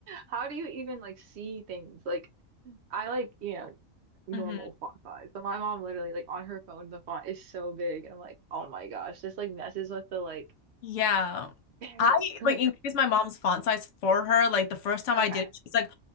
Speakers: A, on the right; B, on the left.
A: how do you even like see things? Like I like, you know, normal
B: hmm
A: font size. But my mom literally like on her phone the font is so big and I'm like, oh my gosh, this like messes with the like
B: Yeah.
A: aesthetic.
B: I
A: Like
B: like increased my mom's font size for her. Like the first time
A: <laughs>
B: I did it, she was like,